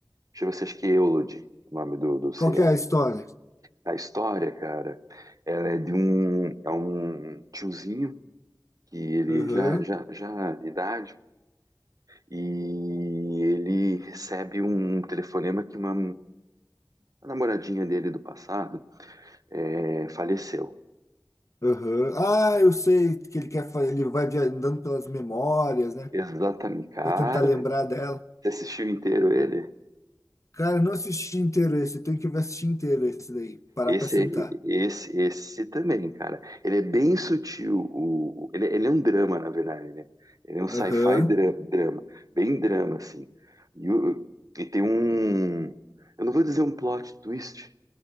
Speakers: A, on the right; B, on the left.
A: Chama-se, acho que Eulogy, o nome do, do seriado.
B: Qual que é a história?
A: A história, cara, ela é de um, é um tiozinho que ele
B: Aham,
A: já, já, já de idade, e ele recebe um telefonema que uma, a namoradinha dele do passado é, faleceu.
B: aham. Ah, eu sei que ele quer fazer, ele vai via- andando pelas memórias, né?
A: Exatamente, cara.
B: Vai tentar lembrar dela.
A: Você assistiu inteiro ele?
B: Cara, eu não assisti inteiro esse, eu tenho que ver assistir inteiro esse daí, parar
A: Esse,
B: pra sentar.
A: esse, esse também, cara. Ele é bem sutil. O, o- ele, ele é um drama, na verdade, né? Ele é um sci-fi
B: Aham,
A: dra- drama, bem drama, assim. E, o- e tem um, eu não vou dizer um plot twist,